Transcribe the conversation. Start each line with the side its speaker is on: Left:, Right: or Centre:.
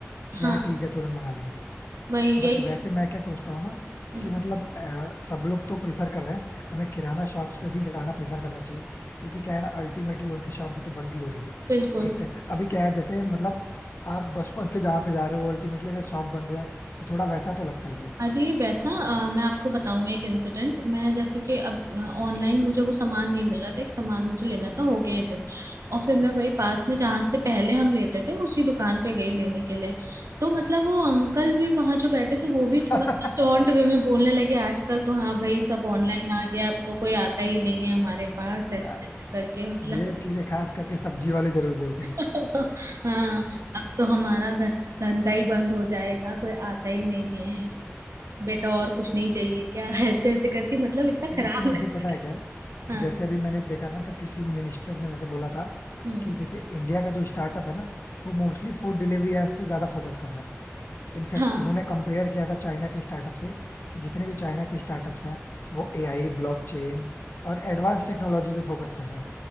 Left: कि
Right: हाँ
Left: हाँ ठीक है तुरंत मंगा लिया
Right: वही
Left: बट
Right: यही
Left: वैसे
Right: तो
Left: मैं क्या सोचता हूँ ना
Right: हम्म,
Left: कि मतलब अ, सब लोग तो प्रिफर कर रहे हैं हमें किराना शॉप्स पे भी जाना प्रिफर करना चाहिए क्योंकि क्या है ना अल्टीमेटली उनकी शॉप भी तो बंद ही हो रही है
Right: बिल्कुल
Left: एक तरह अभी क्या है जैसे मतलब आप बचपन से जहाँ पे जा रहे हो अल्टीमेटली अगर शॉप बंद है तो थोड़ा वैसा तो लगता ही है
Right: अरे वैसा अ, मैं आपको बताऊं एक इंसिडेंट मैं जैसे कि अब ऑनलाइन मुझे वो सामान नहीं मिल रहा था एक सामान मुझे लेना था हो गए हैं दिन और फिर मैं वही पास में जहाँ से पहले हम लेते थे उसी दुकान पे गई लेने के लिए तो मतलब वो अंकल भी वहाँ जो बैठे थे वो भी
Left: <laughs>
Right: थोड़ा सा टोंट वे में बोलने लगे आजकल तो हाँ भाई सब ऑनलाइन आ गया अब तो कोई आता ही नहीं है हमारे पास ऐसे
Left: यार,
Right: ऐसे करके मतलब
Left: ये चीजें खास करके सब्जी वाले जरूर बोलते
Right: <laughs>
Left: हैं
Right: हाँ अब तो हमारा घर धंधा ही बंद हो जाएगा कोई आता ही नहीं है बेटा और कुछ नहीं चाहिए क्या <laughs> ऐसे ऐसे करके मतलब इतना खराब
Left: लेकिन
Right: लगता
Left: वैसे पता है
Right: है
Left: क्या है? जैसे
Right: हाँ
Left: अभी मैंने देखा ना तो किसी मिनिस्टर ने वैसे बोला था
Right: हम्म
Left: कि जैसे इंडिया का जो स्टार्टअप है ना वो मोस्टली फूड डिलीवरी एप्स पे ज्यादा फोकस कर रहा है इनफैक्ट
Right: हाँ
Left: उन्होंने कंपेयर किया था चाइना के स्टार्टअप से कि जितने भी चाइना के स्टार्टअप्स हैं वो एआई ब्लॉकचेन और एडवांस टेक्नोलॉजी पे फोकस कर रहे हैं